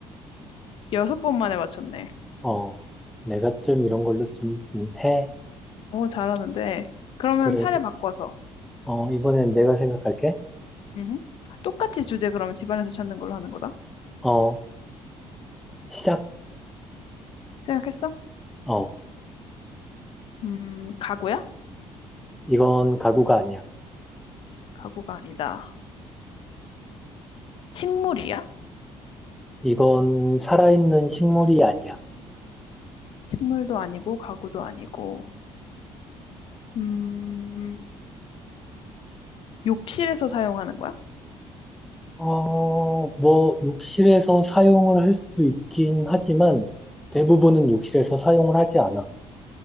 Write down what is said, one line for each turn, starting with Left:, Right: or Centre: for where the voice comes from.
Left: 여섯 번 만에 맞췄네.
Centre: 어, 내가 좀 이런 걸로 좀 음, 해.
Left: 오, 잘하는데. 그러면
Centre: 그래,
Left: 차례
Centre: 그-
Left: 바꿔서.
Centre: 어, 이번엔 내가 생각할게.
Left: 응. 똑같이 주제 그럼 집안에서 찾는 걸로 하는 거다.
Centre: 어, 시작.
Left: 생각했어?
Centre: 어,
Left: 음, 가구야?
Centre: 이건 가구가 아니야.
Left: 가구가 아니다. 식물이야?
Centre: 이건 살아있는 식물이 아니야.
Left: 식물도 아니고 가구도 아니고 음, 욕실에서 사용하는 거야?
Centre: 어, 뭐, 욕실에서 사용을 할 수 있긴 하지만 대부분은 욕실에서 사용을 하지 않아.